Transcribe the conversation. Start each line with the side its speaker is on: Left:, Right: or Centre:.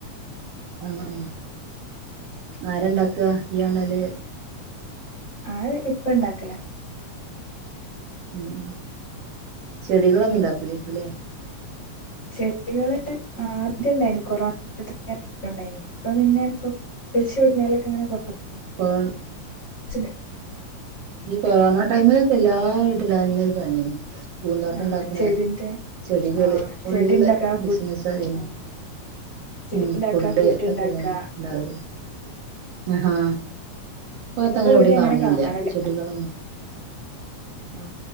Right: അ ആഹ് ആരണ്ടാക്ക ഈ ആണേൽ
Left: ആ ഇപ്പ ഇണ്ടാക്കല
Right: ഉം ഉ ചെടികളൊന്നുണ്ടാക്കൂല യ്കുലേ
Left: ചെടികള് ആദ്യം ഉണ്ടായി കൊറോണത്തണ്ടായി ഇപ്പ പിന്നെ അപ്പൊ പ്പച്ചി എവിടുന്നേലൊക്കെ കൊണ്ടെന്നരും
Right: ഫാൾ
Left: ചിന്
Right: ഈ കൊറോണ ടൈമിലൊക്കെ എല്ലാ വീട്ടിലും അതന്നെ ഒരു പണിയെന് പൂന്തോട്ടം
Left: ആഹ്
Right: ഉണ്ടാക്കണ
Left: ചെടിന്റെ
Right: ചെടികള്
Left: ആഹ്
Right: ഫുള്ള്
Left: ചെടി ഇണ്ടാക്കാ
Right: ബിസിനസേനു
Left: ഫുഡ് ആഹ് ചെടി
Right: ഉം
Left: ഇണ്ടാക്കാ
Right: ഫുഡ്തൊക്കെ
Left: ഫുഡ് ഇണ്ടാക്കാ
Right: തെന്നെ ഉണ്ടാവൽ
Left: ആഹ്
Right: ആഹ് പ്പ
Left: ഇപ്പൊ
Right: ത അങ്ങനെ
Left: ഇവിടെ
Right: എവിട കാണണില്ല
Left: കാണല്ല
Right: ചെടികളന്നെ
Left: ആ